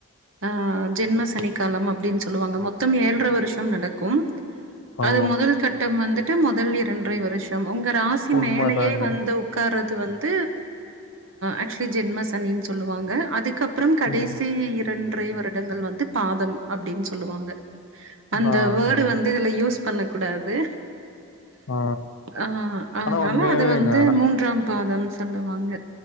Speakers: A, on the right; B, on the left.
A: அ ஜென்ம சனிக்காலம் அப்டின்னு சொல்லுவாங்க மொத்தம் ஏழரை வருஷம் நடக்கும்
B: ஓ!
A: அது முதல் கட்டம் வந்துட்டு முதல் இரண்டரை வருஷம் உங்க ரா சி
B: உண்மதாங்க.
A: மேலேயே வந்தும் உட்காறது வந்த ஆக்சுவலி ஜென்ம சனின்னு சொல்லுவாங்க அதுக் அதுக்கு அப்பறம் கடைசி
B: ம்.
A: இரண்டரை வருடங்கள் வந்து பாதம் அப்டின்னு சொல்லுவாங்க அந்த
B: ஆ,
A: வேர்டு
B: ஆ,
A: வந்து இதுல யூஸ் பண்ண கூடாது
B: ஆ
A: ஆ அதனால
B: ஆனா உண்மையாவேங்க.
A: அது வந்து மூன்றாம் பாதம் சொல்லுவாங்க